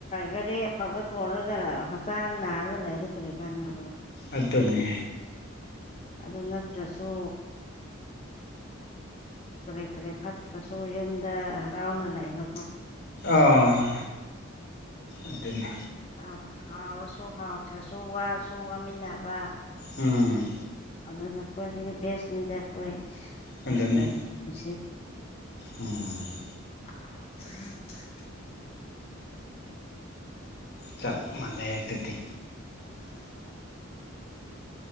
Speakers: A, on the left (about 30°); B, on the left (about 55°).
A: ꯒꯥꯔꯤ ꯑꯐꯕ ꯇꯣꯡꯔꯒ ꯍꯛꯆꯥꯡ ꯅꯥꯔꯒ ꯂꯩꯔꯗꯤ ꯀꯔꯤ ꯀꯥꯟꯅꯥꯕ꯭ꯔꯣ
B: ꯑꯗꯨꯅꯦ
A: ꯑꯗꯨ ꯅꯠꯇ꯭ꯔꯁꯨ ꯀꯔꯤ ꯀꯔꯤ ꯐꯠꯇ꯭ꯔꯁꯨ ꯌꯨꯝꯗ ꯍꯔꯥꯎꯅ ꯂꯩꯕ
B: ꯑꯣ ꯑꯗꯨꯅꯦ
A: ꯑꯥ ꯍꯥꯎꯔꯁꯨ ꯍꯥꯎꯇꯔꯁꯨ ꯋꯥꯔꯁꯨ ꯋꯥꯃꯤꯟꯅꯕ
B: ꯎꯝ
A: ꯑꯗꯨꯅ ꯈ꯭ꯋꯥꯏꯗꯒꯤ ꯕꯦꯁꯅꯤꯗ ꯑꯩꯈꯣꯏ ꯈ꯭ꯔꯤꯁꯇꯦꯟꯒꯤ
B: ꯑꯗꯨꯅꯦ
A: ꯄꯨꯟꯁꯤ
B: ꯎꯝ
A: <unintelligible>
B: ꯆꯞ ꯃꯥꯟꯅꯩ ꯗꯨꯗꯤ
A: <inaudible>